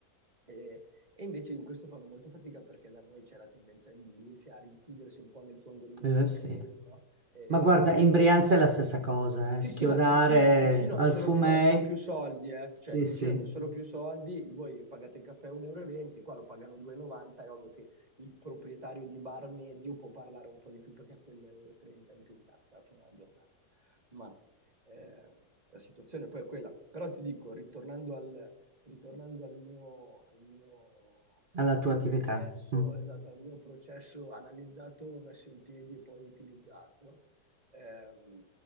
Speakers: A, on the right; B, on the right.
A: E, e invece in questo fanno molto fatica perché da noi c'è la tendenza a indurirsi, a rinchiudersi un po' nel tuo angolino
B: eh,
A: che ti
B: sì.
A: crei, no? E
B: Ma guarda, in Brianza è la stessa cosa, eh.
A: sì,
B: Schiodare
A: sì, ma il Ticino, il Ticino hanno
B: al
A: solo
B: fumei,
A: più, han solo più soldi, eh.
B: sì,
A: Cioè, in Ticino
B: sì,
A: abbiamo solo più soldi, voi pagate il caffè 1,20 euro, e venti, qua lo pagano 2,90, è ovvio che il proprietario di bar medio può parlare un po' di più perché ha quell'1,30 euro in più in tasca alla fine della giornata. Ma eh, la situazione poi è quella. Però ti dico, ritornando al, ritornando al mio, al mio
B: alla tua attività.
A: processo,
B: Mm.
A: esatto, al mio processo analizzato, messo in piedi e poi utilizzato, ehm,